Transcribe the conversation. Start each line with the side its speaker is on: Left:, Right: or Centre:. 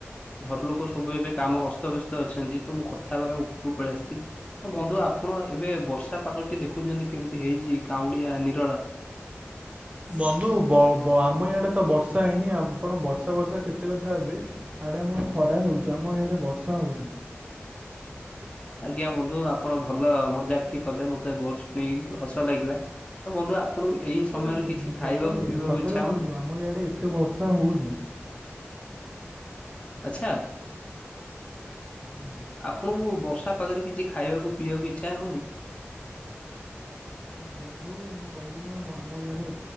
Left: ଘର ଲୋକ ସବୁ ଏବେ କାମ ଅସ୍ତବ୍ୟସ୍ତ ଅଛନ୍ତି ତ ମୁଁ କଥା ହେବା ପାଇଁ ଉପରକୁ ପଳେଇ ଆସିଛି। ତ ବନ୍ଧୁ ଆପଣ ଏବେ ବର୍ଷା ପାଗଟି ଦେଖୁଛନ୍ତି କେମିତି ହେଇଛି କାଉଁଳିଆ ନିରଳା
Right: ବନ୍ଧୁ ବ ବ ଆମ ଇଆଡେ ତ ବର୍ଷା ହେଇନି ଆପଣ ବର୍ଷା ବର୍ଷା କେତେ କଥା ହେବେ? ଆଡେ ଆମର ଖରା ହଉଛି ଆମ ଇଆଡେ ବର୍ଷା ହଉନି।
Left: ଆଜ୍ଞା ବନ୍ଧୁ ଆପଣ ଭଲ ମଜାକଟି କଲେ ମତେ ବହୁତ ଶୁଣି ହସ ଲାଗିଲା। ତ ବନ୍ଧୁ ଆପଣଙ୍କୁ ଏଇ
Right: ହସ
Left: ସମୟରେ
Right: ଲାଗିଲାନି
Left: କିଛି
Right: ସତରେ
Left: ଖାଇବାକୁ ପିଇବାକୁ
Right: ସତରେ
Left: ଇଚ୍ଛା
Right: ବନ୍ଧୁ
Left: ହଉନି?
Right: ଆମ ଇଆଡ଼େ ଏତେ ବର୍ଷା ହଉନି।
Left: ଆଚ୍ଛା।
Right: ଆଜ୍ଞା।
Left: ଆପଣଙ୍କୁ ବର୍ଷା ପାଖରେ କିଛି ଖାଇବାକୁ ପିଇବାକୁ ଇଚ୍ଛା ହଉନି?
Right: ବନ୍ଧୁ ମୁଁ କହିଲି ନା ଆମ ଆଡେ